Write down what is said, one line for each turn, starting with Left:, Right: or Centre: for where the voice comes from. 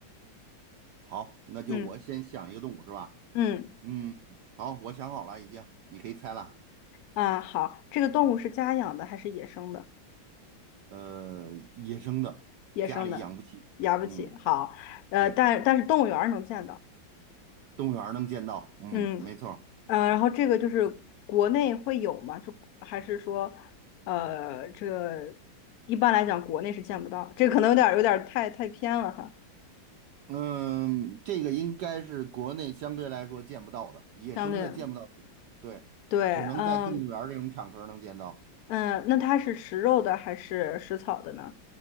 Right: 好，那就我先想一个动物是吧？
Left: 嗯嗯
Right: 嗯，好，我想好了已经，你可以猜了。
Left: 啊，好，这个动物是家养的还是野生的？
Right: 呃，野生的，
Left: 野生的，
Right: 家里养不起。
Left: 养不起。
Right: 嗯，
Left: 好，呃，
Right: 对，
Left: 但但是动物园儿能见到，
Right: 动物园儿能见到。嗯，
Left: 嗯
Right: 没错儿
Left: 呃，然后这个就是国内会有吗？就还是说，呃，这个一般来讲国内是见不到，这个可能有点儿有点儿太太偏了哈，
Right: 嗯，这个应该是国内相对来说见不到的，野生的见不到的对，
Left: 相对对，
Right: 只能在动物园儿这种场合能见到。
Left: 嗯嗯，那它是食肉的还是食草的呢？